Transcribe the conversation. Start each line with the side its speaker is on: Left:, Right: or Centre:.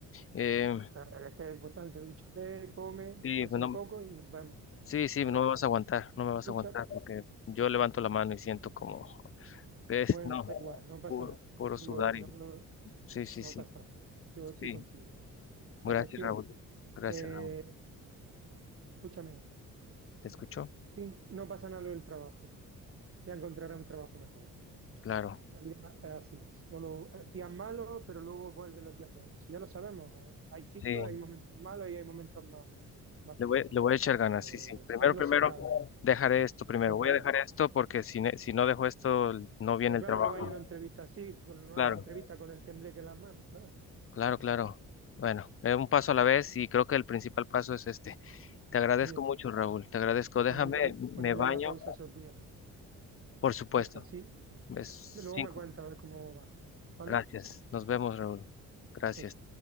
Left: Eh,
Right: Ah, Es que es importante, dúchate, come,
Left: sí,
Right: descansa
Left: pues no-
Right: un poco y nos vemos,
Left: sí, sí,
Right: ¿vale?
Left: no me vas a aguantar, no me vas
Right: Escucha,
Left: a aguantar porque yo levanto la mano y siento como, es,
Right: bueno,
Left: no,
Right: da igual, no pasa
Left: puro,
Right: nada.
Left: puro
Right: Yo
Left: sudar
Right: no,
Left: y,
Right: no,
Left: sí, sí,
Right: no
Left: sí,
Right: pasa nada. Yo estoy
Left: sí,
Right: contigo.
Left: gracias
Right: La cuestión,
Left: Raúl, gracias
Right: eh,
Left: Raúl,
Right: escúchame,
Left: ¿te escuchó?
Right: tin- no pasa nada lo del trabajo. Ya encontrarás un trabajo mejor.
Left: Claro,
Right: La vida es así, solo días malos, pero luego vuelven los días buenos. Si ya lo sabemos, hay ciclos,
Left: sí,
Right: hay momentos malos y hay momentos más más
Left: le
Right: bonito.
Left: voy, le voy a echar ganas,
Right: Pero,
Left: sí, sí, primero,
Right: pero no
Left: primero,
Right: se acaba
Left: dejaré esto primero,
Right: no se acaba
Left: voy a dejar esto porque si, ne- si no dejo esto, no viene
Right: Pero claro,
Left: el trabajo,
Right: no vaya a una entrevista así, con- a
Left: claro.
Right: la entrevista con el tembleque en las manos, claro.
Left: Claro, claro. Bueno, eh, un paso a la vez y creo que el principal paso es este. Te agradezco
Right: Ahí está.
Left: mucho, Raúl. Te agradezco. Déjame,
Right: Ponerle, ponerle
Left: me baño,
Right: la pausa esos días.
Left: por supuesto.
Right: Ya está, sí.
Left: Es
Right: De luego
Left: cinco.
Right: me cuentas a ver cómo va. ¿Vale?
Left: Gracias. Nos vemos, Raúl. Gracias.
Right: Eso.